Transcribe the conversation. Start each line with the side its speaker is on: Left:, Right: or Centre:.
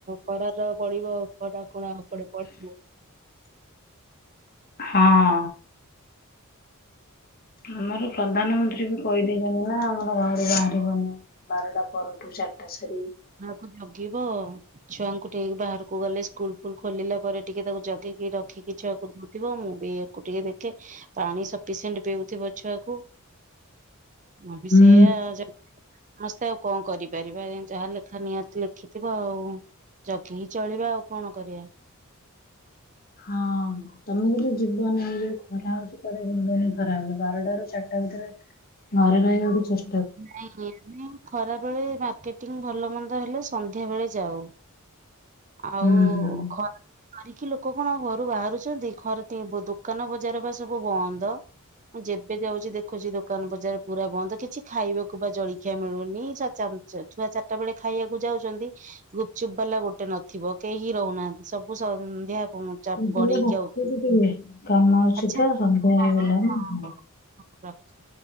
Right: ଖରାଟା ପଡିବ। ଖରା କୋଣା ଉପରେ ପଡିବ।
Left: ହଁ। ଆମର ପ୍ରଧାନମନ୍ତ୍ରୀ ବି କହିଦେଇଛନ୍ତି ନା ଆମର ଘରୁ ବାହାରିବନି ବାରଟା ପରଠୁ ଚାରିଟା ସାରି।
Right: କୁ ଜଗିବ ଛୁଆଙ୍କୁ ନେଇକି ବାହାରକୁ ଗଲେ ସ୍କୁଲ ଫୁଲ ଖୋଲିଲା ପରେ ଟିକେ ତାକୁ ଜ ଗିକି ରଖିକି ଛୁଆକୁ ଥିବ ମୁଁ ବି ଆକୁ ଟିକେ ଦେଖେ ପାଣି ସଫିସିଏଣ୍ଟ ପେଉଥିବ ଛୁଆକୁ। ମୁଁ ବି
Left: ହୁଁ।
Right: ସେଇଆ ସମସ୍ତେ ଆଉ କଣ କରିବି। ପାରିବା ଯାହା ଲେଖା ନିହାତି ଲେଖିଥିବ ଆଉ ଜଗିକି ଚଳିବା ଆଉ କଣ କରିବା।
Left: ହଁ ତମକୁ ଯ ଜୀବନ ଯୋଉ ଖରା ହଉଛି କୁଆଡେ ଜୀବନ ହି ଖରା ବେଳେ ବାରଟାରୁ ଚାଟା ଭିତରେ ଘରେ ରହିବାକୁ ଚେଷ୍ଟ୍
Right: ନାଇଁ ଆମେ ଖରାବେଳେ ମାର୍କେଟିଙ୍ଗ୍ ଭଲ ମନ୍ଦ ହେଲେ ସନ୍ଧ୍ୟା ବେଳେ ଯାଉ ଆଉ
Left: ହୁଁ ହୁଁ।
Right: ଖରା ମରିକି ଲୋକ କଣ ଘରୁ ବାହାରୁଛନ୍ତି ଖରାଦି ବ ଦୋକାନ ବଜାର ବା ସବୁ ବନ୍ଦ ମୁଁ ଯେବେ ଯାଉଛି ଦେଖୁଛି ଦୋକାନ ବଜାର ପୁରା ବନ୍ଦ କିଛି ଖାଇବାକୁ ବା ଜଳଖିଆ ମିଳୁନି ଚା ଚା ଛୁଆ ଚାଟା ବେଳେ ଖାଇବାକୁ ଯାଉଛନ୍ତି। ଗୁପଚୁପ୍ ବାଲା ଗୋଟେ ନଥିବ କେହି ହିଁ ରହୁନାହାନ୍ତି ସବୁ ସନ୍ଧ୍ୟା ଘୁ ଚପ
Left: ମୁଁ ତାହେଲେ
Right: ଗଡେଇ
Left: ରଖୁଛି
Right: ଆଉ
Left: ଟିକେ କାମ ଅଛି
Right: ଆଚ୍ଛା
Left: ତ ସନ୍ଧ୍ୟା
Right: ହଁ
Left: ହେଇଗଲାଣି।
Right: ହଁ ହଁ। ରଖ।